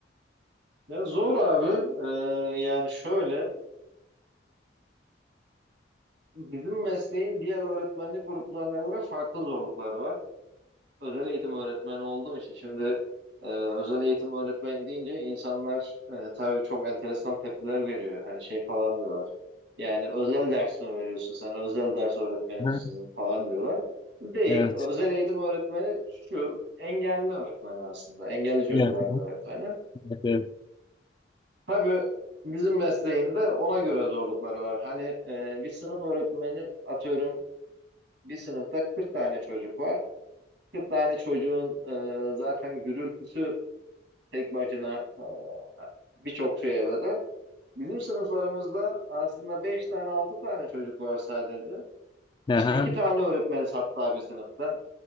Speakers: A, on the right; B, on the left.
A: Ya zor abi. Ee, yani şöyle bizim mesleğin diğer öğretmenlik gruplarına göre farklı zorlukları var. Özel eğitim öğretmeni olduğum için şimdi e, özel eğitim öğretmeni deyince insanlar e, tabii çok enteresan tepkiler veriyor. Hani şey falan diyorlar. Yani özel ders mi veriyorsun sen? Özel ders öğretmenisin
B: Hı.
A: falan diyorlar. Değil.
B: Evet.
A: Özel eğitim öğretmeni şu engelli öğretmeni aslında. Engelli çocukların
B: Evet.
A: öğretmeni.
B: Evet. evet.
A: Tabii bizim mesleğinde ona göre zorlukları var. Hani e, bir sınıf öğretmeni atıyorum bir sınıfta 40 tane çocuk var. 40 tane çocuğun e, zaten gürültüsü tek başına e, birçok şey evde. Bizim sınıflarımızda aslında 5 tane 6 tane çocuk var sadece.
B: Aha.
A: İşte 2 tane öğretmeniz hatta bir sınıfta.